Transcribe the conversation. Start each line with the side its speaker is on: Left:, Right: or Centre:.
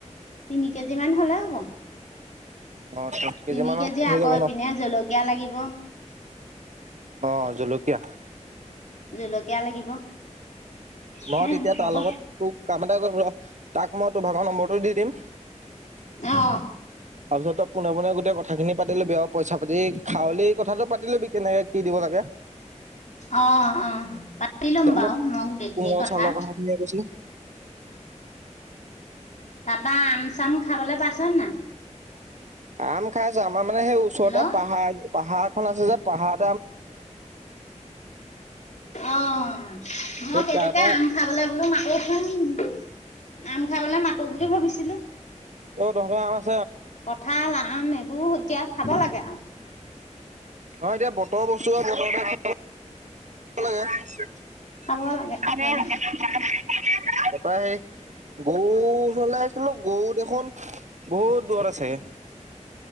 Left: তিনি কেজি মান হ'লে হ'ব।
Right: অ
Left: তিনি
Right: মানত
Left: কেজি
Right: হৈ
Left: আকৌ
Right: যাব
Left: ইপিনে
Right: ন
Left: জলকীয়া লাগি হব।
Right: অ' জলকীয়া।
Left: জলকীয়া লাগিব।
Right: ম
Left: হে
Right: তেতিয়া তাৰ
Left: হ'ব
Right: লগত তোক কাম এটা কৰিম ৰ তাক মই তোৰ ভাগৰ নম্বৰটো দি দিম। তাৰপিছত
Left: অ
Right: তই পোনে পোনে গোটেই কথাখিনি পাতি ল'বি আৰু পইচা পাতি খাৱলি কথাটো পাতি ল'বি কেনেকে কি দিব লাগে।
Left: অ', অ। পাত পাতি
Right: এতিয়া
Left: লম বাৰু
Right: মোক
Left: মই গোটেই
Right: কোমল
Left: খিনি কথা।
Right: চাউলৰ কথাখিনিয়ে কৈছিলে
Left: তা পা আম চাম খাবলৈ পাইছ নে নাই।
Right: আম খাইছো আমাৰ মানে সেই ওচৰতে
Left: হেল্ল'
Right: পাহাৰ। পাহাৰ এখন আছে যে পাহাৰ।
Left: অ' মই
Right: সেই
Left: সেইটোকে
Right: তাৰ পৰা
Left: আম খাবলে বোলো মাতোচুন। আম খাবলে মাতো বুলি ভাবিছিলো।
Right: অ' তহঁতৰ আম আ
Left: কঁঠাল আম এ এইবোৰ এতিয়া খাব লাগে আও।
Right: অ' এতিয়া বতৰ বস্তু বতৰ <unintelligible> <unintelligible> <unintelligible>
Left: খাব লাগে খাব লাগে
Right: পাই গও ওচৰলে আহিছিলো গও দেখোন বহুত দূৰত আছে।